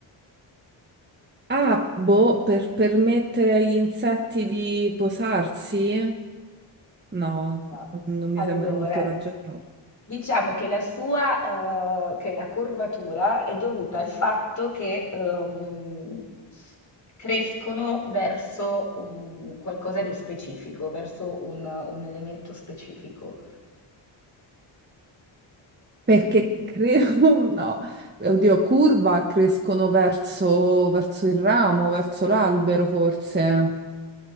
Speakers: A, on the right; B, on the left.
A: Ah, boh, per permettere agli insetti di posarsi? No,
B: No.
A: non mi
B: Allora,
A: sembra molto ragionevole.
B: diciamo che la sua, eh, che la curvatura è dovuta al fatto che ehm, crescono verso un- qualcosa di specifico, verso un, un elemento specifico.
A: Perché credo, <laughs> no, oddio, curva crescono verso, verso il ramo, verso l'albero forse.